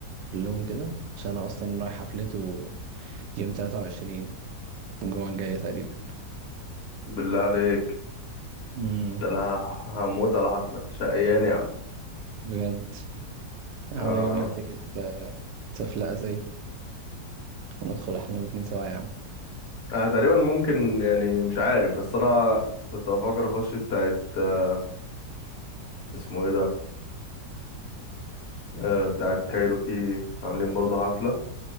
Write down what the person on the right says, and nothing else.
كلهم كده عشان انا اصلا رايح حفلته يوم 23 الجمعه الجايه تقريبا
امم
بجد هحاول
اجيب لك تيكت آه، تفلقه زي وندخل احنا الاتنين سوا يا عم